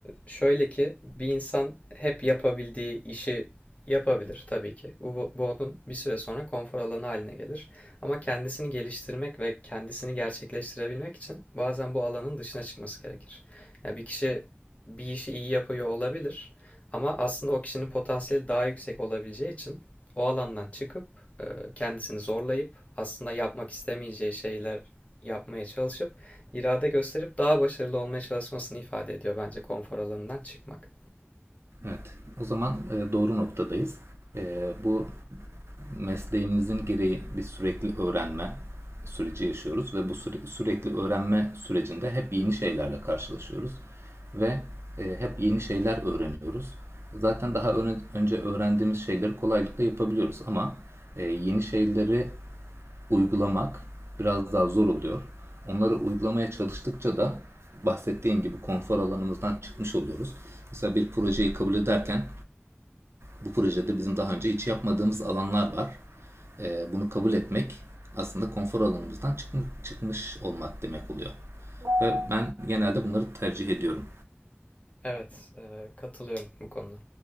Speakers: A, on the left; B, on the right.
A: şöyle ki bir insan hep yapabildiği işi yapabilir tabii ki. Bu, bu onun bir süre sonra konfor alanı haline gelir. Ama kendisini geliştirmek ve kendisini gerçekleştirebilmek için bazen bu alanın dışına çıkması gerekir. Ya bir kişi bir işi iyi yapıyor olabilir ama aslında o kişinin potansiyeli daha yüksek olabileceği için o alandan çıkıp e, kendisini zorlayıp aslında yapmak istemeyeceği şeyler yapmaya çalışıp irade gösterip daha başarılı olmaya çalışmasını ifade ediyor bence konfor alanından çıkmak.
B: Evet. O zaman e, doğru noktadayız. E, bu mesleğimizin gereği bir sürekli öğrenme süreci yaşıyoruz ve bu süre- sürekli öğrenme sürecinde hep yeni şeylerle karşılaşıyoruz ve e, hep yeni şeyler öğreniyoruz. Zaten daha öne- önce öğrendiğimiz şeyleri kolaylıkla yapabiliyoruz ama e, yeni şeyleri uygulamak biraz daha zor oluyor. Onları uygulamaya çalıştıkça da bahsettiğim gibi konfor alanımızdan çıkmış oluyoruz. Mesela bir projeyi kabul ederken bu projede bizim daha önce hiç yapmadığımız alanlar var. Ee, bunu kabul etmek aslında konfor alanımızdan çıkmış, çıkmış olmak demek oluyor. Ve ben genelde bunları tercih ediyorum.
A: Evet, e, katılıyorum bu konuda.